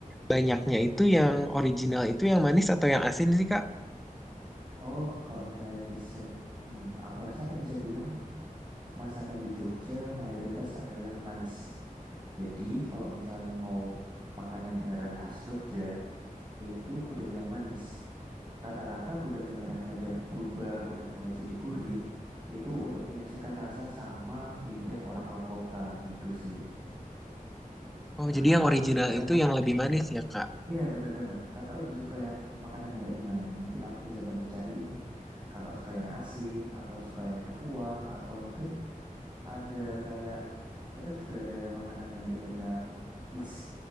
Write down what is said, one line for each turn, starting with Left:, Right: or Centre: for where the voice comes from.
Centre: banyaknya itu yang original itu yang manis atau yang asin sih Kak?
Right: Oh, kalau misalnya bisa, hmm, aku rasa aku bisa bilang masakan di Jogja mayoritas adalah manis. Jadi kalau misalnya mau makan yang beneran khas Jogja, Yaitu gudeg yang manis. Rata-rata gudeg yang rasanya udah berubah, udah mulai jadi gurih, itu untuk menyelesaikan rasa sama lidah orang luar kota gitu sih.
Centre: Oh,
Right: Nah,
Centre: jadi
Right: kakak
Centre: yang original
Right: lebih tertarik.
Centre: itu yang lebih manis ya Kak?
Right: Iya, bener-bener. Kakak lebih suka yang makanan yang kayak gimana nih? Mungkin aku bisa bantu cari ini. Kakak suka yang asin, atau suka yang berkuah, atau mungkin ada kayak, kita juga ada makanan yang tipenya mix